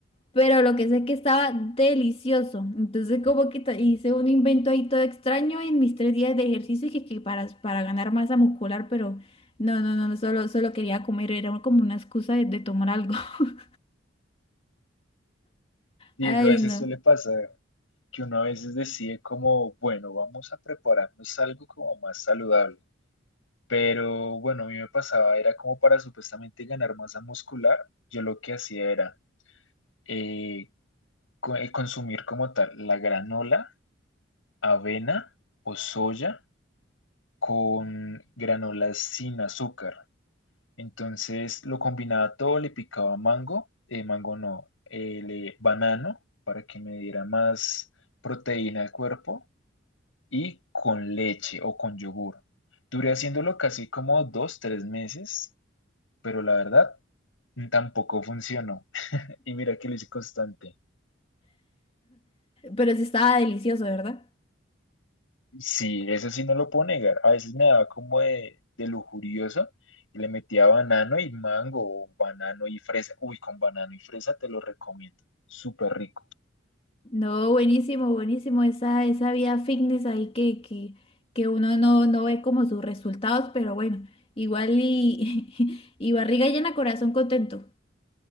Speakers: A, on the left; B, on the left.
A: pero lo que sé es que estaba delicioso. Entonces como que t- hice un invento ahí todo extraño en mis tres días de ejercicio que, que para, para ganar masa muscular, pero no, no, no, no, solo, solo quería comer, era como una excusa de, de tomar algo. <laughs>
B: Y
A: Ay,
B: eso a veces
A: no.
B: suele pasar. que uno a veces decide como, bueno, vamos a prepararnos algo como más saludable. Pero bueno, a mí me pasaba, era como para supuestamente ganar masa muscular, yo lo que hacía era eh, co- eh, consumir como tal la granola, avena o soya con granolas sin azúcar. Entonces lo combinaba todo, le picaba mango, eh, mango no, eh, le- banano para que me diera más proteína al cuerpo y con leche o con yogur. Duré haciéndolo casi como dos, tres meses, pero la verdad mm, tampoco funcionó. <laughs> Y mira que lo hice constante.
A: Pero sí estaba delicioso, ¿verdad?
B: Sí, eso sí no lo puedo negar. A veces me daba como de, de lujurioso y le metía banano y mango o banano y fresa. Uy, con banano y fresa te lo recomiendo. Súper rico.
A: No, buenísimo, buenísimo. Esa, esa vida fitness ahí que, que, que uno no, no ve como sus resultados, pero bueno, igual y, <laughs> y barriga llena, corazón contento.